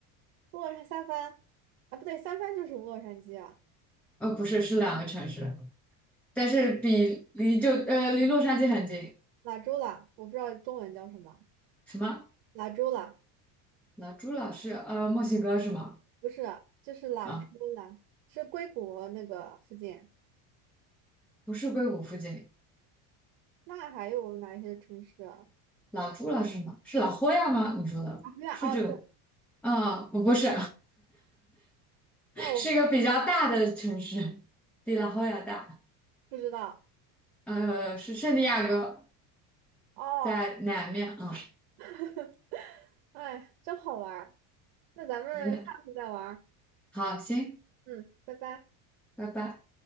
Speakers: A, on the right (about 65°); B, in the centre.
A: 洛杉三藩啊，不对，三藩就是洛杉矶啊，
B: 呃，不是，是两个城市，但是比离就呃离洛杉矶很近。
A: 拉州了，我不知道中文叫什么，
B: 什么？
A: 拉州了。
B: 老朱老师，呃，墨西哥是吗？
A: 不是，就是兰州啦，
B: 啊，
A: 是硅谷那个附近。
B: 不是硅谷附近。
A: 那还有哪些城市啊？
B: 老朱老师是吗？是老霍亚吗？你说的是这个？
A: 啊，对啊哦，对，
B: 啊，不不是，
A: 那我
B: <laughs> 是一个比较大的城市，比老霍亚大。
A: 不知道
B: 呃，是圣地亚哥，
A: 哦。
B: 在南面啊，
A: <laughs> 哎，真好玩儿。那咱们下次再玩儿。
B: 云南。好，行，
A: 嗯，拜拜。
B: 拜拜。